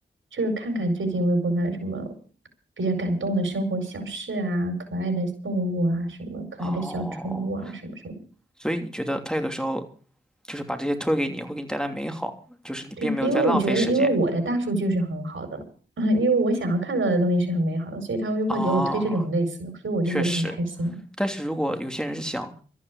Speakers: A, on the right; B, in the centre.
A: 就是看看最近微博上有什么比较感动的生活小事啊，可爱的动物啊，什么可爱的小宠物啊，
B: 哦，
A: 什么什么的。
B: 所以你觉得他有的时候就是把这些推给你，会给你带来美好，就是你并没有在浪费时间。
A: 对，因为我觉得，因为我的大数据是很好的，<laughs> 因为我想要看到的东西是很美好的，所以他就会给我推这种类似的，
B: 啊。
A: 所以我就觉得很开心啊。
B: 确实。但是如果有些人是想